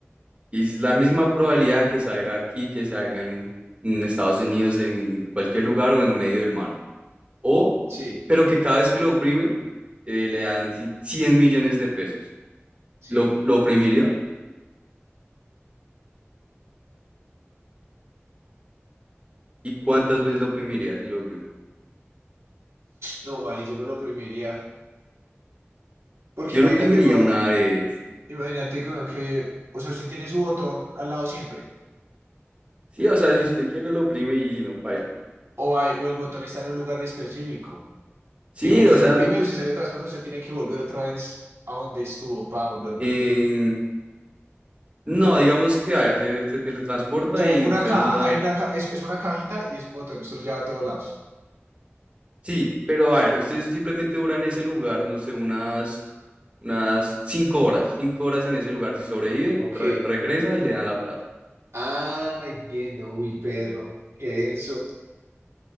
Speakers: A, on the right; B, on the right.
A: Y es la misma probabilidad que salga aquí, que salga en, en Estados Unidos, en cualquier lugar o en medio del mar. O,
B: Sí,
A: pero que cada vez que lo oprime, eh, le dan cin- 100 millones de pesos.
B: sí.
A: ¿Lo, lo oprimiría? ¿Y cuántas veces lo oprimiría si lo oprime?
B: No, man, yo no lo oprimiría. Porque
A: Yo
B: imagínate,
A: lo oprimiría
B: weón,
A: una vez.
B: imagínate weón, que, o sea, usted tiene su botón al lado siempre.
A: Sí, o sea, si usted quiere lo oprime y no paila.
B: O, hay- o el botón está en un lugar específico.
A: Sí,
B: Que digamos,
A: o
B: usted
A: sea,
B: lo oprime, usted se le transporta, usted tiene que volver otra vez a donde estuvo para volver a oprimir.
A: en No, digamos que, a ver, se, se teletransporta
B: O sea,
A: y
B: hay una
A: usted
B: caja,
A: dura.
B: hay una ca- es, es una cajita y es un botón, usted lo lleva a todos lados.
A: Sí, pero a ver, usted simplemente dura en ese lugar, no sé, unas, unas cinco horas. Cinco horas en ese lugar. Si sobrevive,
B: Ok.
A: re- regresa y le dan la plata.
B: Ah, entiendo. Uy, perro. Qué denso.